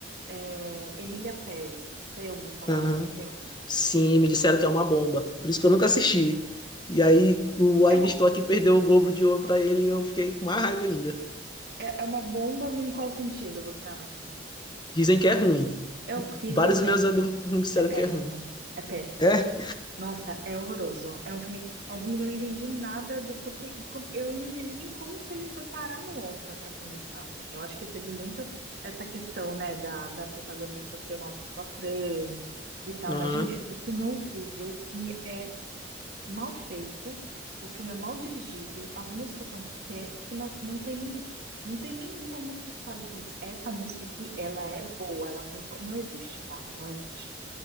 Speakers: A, on the right; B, on the left.
A: é, Emília Pérez. Você ouviu falar
B: Aham.
A: desse filme?
B: Sim, me disseram que é uma bomba. Por isso que eu nunca assisti. E aí o Ainda
A: É uma,
B: Estou Aqui perdeu o Globo de Ouro pra ele e eu fiquei com mais raiva ainda.
A: é, é uma bomba em qual sentido você acha?
B: Dizem que é ruim.
A: É horrível,
B: Vários
A: é péssimo.
B: dos meus amigos me disseram
A: É péssimo,
B: que é ruim.
A: é péssimo.
B: É?
A: Nossa, é horroroso. É um filme, é um filme que eu não entendi nada do porquê. e como- Eu não entendi nem como que ele foi parar no Oscar para começar, assim. Eu acho que teve muito essa questão, né, da, da protagonista ser uma pessoa trans e tal.
B: Aham.
A: Mas, gente, o filme é horrível. O filme é mal feito. O filme é mal dirigido. As músicas são péssimas. Não tem nem, não tem nenhuma música que você fale, putz, essa música aqui, ela é boa, ela tem. po-". Não existe, tá? Não existe